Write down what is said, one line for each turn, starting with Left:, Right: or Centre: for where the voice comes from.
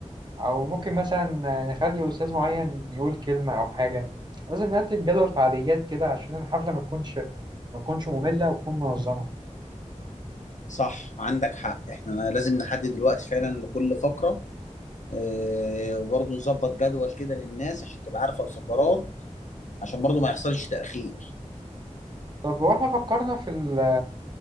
Right: أو ممكن مثلا نخلي أستاذ معين يقول كلمة أو حاجة لازم نرتب جدول فعاليات كده عشان الحفلة ما تكونش ما تكونش مملة وتكون منظمة
Left: صح عندك حق احنا لازم نحدد الوقت فعلا لكل فقرة اه وبرضو نظبط جدول كده للناس عشان تبقى عارفة الفقرات عشان برضو ما يحصلش تأخير
Right: طب واحنا فكرنا في ال